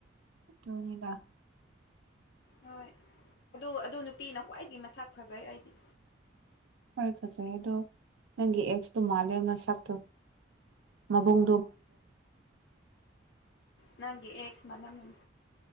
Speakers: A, on the right; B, on the left.
A: ꯇꯣꯅꯤꯗ
B: ꯍꯣꯏ ꯑꯗꯨ ꯑꯗꯨ ꯅꯨꯄꯤꯅ ꯈ꯭ꯋꯥꯏꯗꯒꯤ ꯃꯁꯥꯛ ꯐꯖꯩ ꯑꯩꯗꯤ
A: ꯍꯣꯏ ꯐꯖꯩ ꯑꯗꯣ ꯅꯪꯒꯤ ꯑꯦꯛꯁꯇꯨ ꯃꯥꯜꯂꯦ ꯃꯁꯛꯇꯣ ꯃꯕꯨꯡ
B: ꯅꯪꯒꯤ ꯑꯦꯁꯃ ꯅꯅꯤ